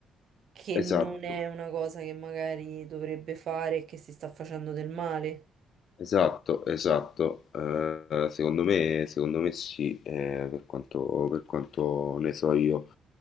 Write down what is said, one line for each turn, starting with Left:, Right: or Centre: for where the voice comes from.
Right: che non
Left: Esatto.
Right: è una cosa che magari dovrebbe fare e che si sta facendo del male.
Left: Esatto, esatto. Eh, secondo me, secondo me sì, eh, per quanto, per quanto ne so io.